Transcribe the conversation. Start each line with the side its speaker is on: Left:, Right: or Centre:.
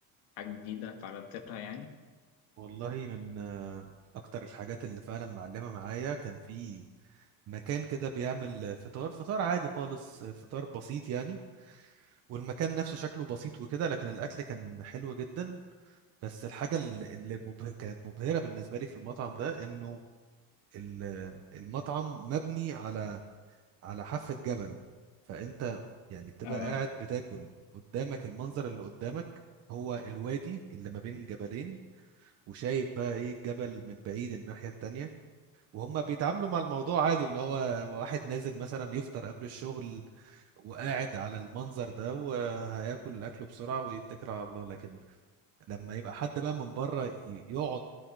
Left: حاجة جديدة تعرضت لها يعني
Right: والله من آه، اكتر الحاجات اللي فعلا معلمه معايا كان في مكان كده بيعمل فطار فطار عادي خالص آه، فطار بسيط يعني والمكان نفسه شكله بسيط وكده لكن الاكل كان حلو جدا بس الحاجه اللي اللي مبه... كانت مبهره بالنسبه لي في المطعم ده انه ال- المطعم مبني على على حافة جبل فأنت يعني بتبقى
Left: آه،
Right: قاعد بتاكل قدامك المنظر اللي قدامك هو الوادي اللي ما بين جبلين وشايف بقى ايه الجبل من بعيد الناحية التانية وهم بيتعاملوا مع الموضوع عادي اللي هو واحد نازل مثلا يفطر قبل الشغل وقاعد على المنظر ده وهياكل أكله بسرعة ويتكل على الله لكن لما يبقى حد بقى من بره ي- يقعد